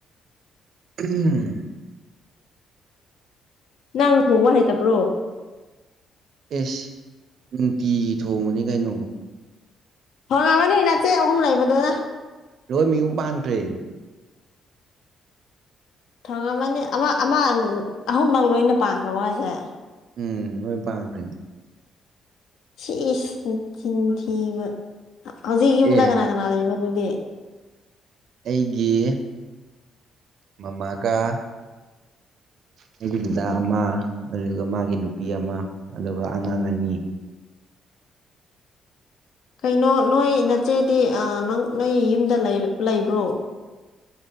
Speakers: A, on the right; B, on the left.
A: ꯎꯝ
B: ꯅꯪ ꯊꯣꯡꯕ ꯍꯩꯇꯕ꯭ꯔꯣ
A: ꯏꯁ ꯅꯨꯡꯇꯤꯒꯤ ꯊꯣꯡꯕꯅꯤ ꯀꯩꯅꯣ
B: ꯊꯣꯡꯉꯝꯃꯅꯤ ꯅꯆꯦ ꯑꯍꯨꯝ ꯂꯩꯕꯗꯨꯅ
A: ꯂꯣꯏ ꯃꯤ ꯌꯨꯝ ꯄꯥꯟꯈ꯭ꯔꯦ
B: ꯊꯣꯡꯉꯝꯃꯅꯤ ꯑꯃ ꯑꯃ ꯑꯍꯨꯝꯃꯛ ꯂꯣꯏꯅ ꯄꯥꯡꯈ꯭ꯔꯕꯣ ꯍꯥꯏꯁꯦ
A: ꯎꯝ ꯂꯣꯏ ꯄꯥꯟꯈ꯭ꯔꯦ
B: ꯁꯤꯁ ꯅꯆꯤꯟ ꯊꯤꯕ ꯍꯧꯖꯤꯛ ꯌꯨꯝꯗ
A: ꯑꯦ
B: ꯀꯅꯥ ꯀꯅꯥ ꯂꯩꯕ ꯑꯗꯨꯗꯤ
A: ꯑꯩꯒꯤ ꯃꯃꯥꯒ ꯑꯩꯒꯤ ꯗꯥꯗꯥ ꯑꯃ ꯑꯗꯨꯒ ꯃꯥꯒꯤ ꯅꯨꯄꯤ ꯑꯃ ꯑꯗꯨꯒ ꯑꯉꯥꯡ ꯑꯅꯤ
B: ꯀꯩꯅꯣ ꯅꯣꯏ ꯅꯆꯦꯗꯤ ꯑ ꯅꯪ ꯅꯣꯏ ꯌꯨꯝꯗ ꯂꯩ ꯂꯩꯕ꯭ꯔꯣ